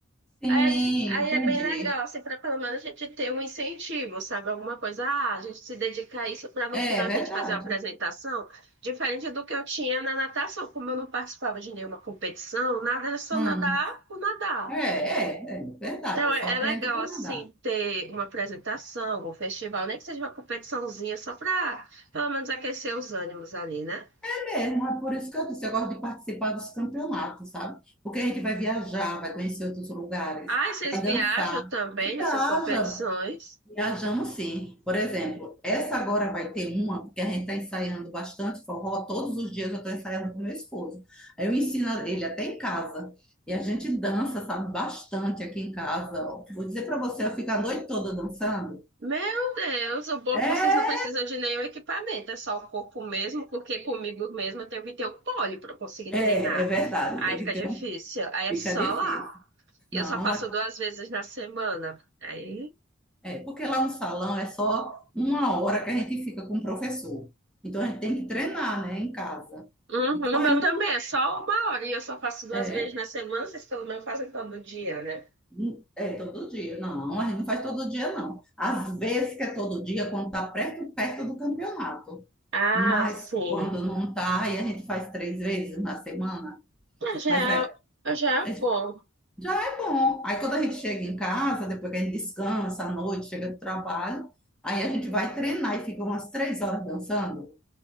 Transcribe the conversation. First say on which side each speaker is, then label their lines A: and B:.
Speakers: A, in the centre; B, on the right.
A: sim,
B: É, aí
A: entendi.
B: é bem legal, assim, para pelo menos a gente ter um incentivo, sabe? Alguma coisa, ah, a gente se dedica a isso para no final
A: É verdade.
B: a gente fazer uma apresentação, diferente do que eu tinha na natação, como eu não participava de nenhuma competição, nada, era só
A: Hum,
B: nadar por nadar.
A: é, é, é verdade.
B: Então,
A: Eu
B: é,
A: só aprendo
B: é legal,
A: para
B: assim,
A: nadar.
B: ter uma apresentação, algum festival, nem que seja uma competiçãozinha, só para, pelo menos, aquecer os ânimos ali, né?
A: É mesmo, é por isso que eu disse, eu gosto de participar dos campeonatos, sabe? Porque a gente vai viajar, vai conhecer outros lugares,
B: Ah, vocês
A: vai
B: viajam
A: dançar.
B: também
A: Viaja,
B: nessas competições?
A: Viajamos sim. Por exemplo, essa agora vai ter uma, porque a gente está ensaiando bastante forró, todos os dias eu estou ensaiando com meu esposo. Aí eu ensino a- ele até em casa. E a gente dança, sabe, bastante aqui em casa. ó. Vou dizer para você, eu fico a noite toda dançando.
B: Meu Deus, o bom
A: É,
B: é que vocês não precisam de nenhum equipamento, é só o corpo mesmo, porque comigo mesmo eu tenho que ter um pole para conseguir
A: é,
B: treinar.
A: é verdade,
B: Aí
A: tem
B: fica
A: que ter
B: difícil,
A: um.
B: aí
A: Fica
B: é só
A: difícil.
B: lá. E
A: Não,
B: Eu só faço
A: a-
B: duas vezes na semana. Aí.
A: é, porque lá no salão é só uma hora que a gente fica com o professor. Então a gente tem que treinar, né, em casa.
B: Uhum,
A: Então,
B: o meu
A: é,
B: também é só uma hora e eu só faço duas
A: é,
B: vezes na semana, vocês pelo menos fazem todo dia, né?
A: Hum, É todo dia. Não, a gente não faz todo dia, não. Às vezes que é todo dia, quando tá perto, perto do campeonato.
B: Ah,
A: Mas
B: sim.
A: quando não tá, aí a gente faz três vezes na semana.
B: Ah, Já,
A: Mas aí,
B: é- ah, já é
A: aí
B: bom.
A: já é bom. Aí quando a gente chega em casa, depois que a gente descansa à noite, chega do trabalho, aí a gente vai treinar e fica umas três horas dançando.